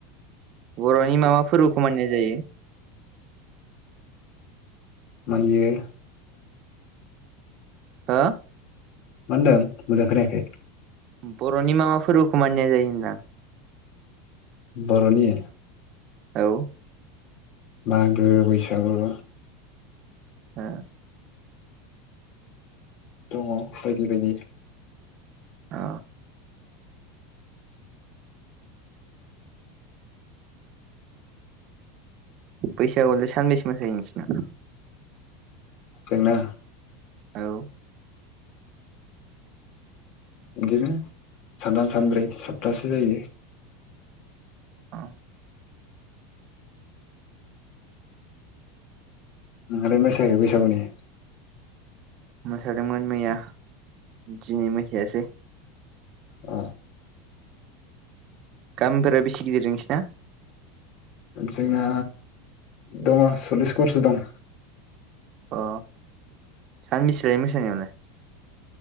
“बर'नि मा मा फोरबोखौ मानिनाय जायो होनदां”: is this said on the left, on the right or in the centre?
Right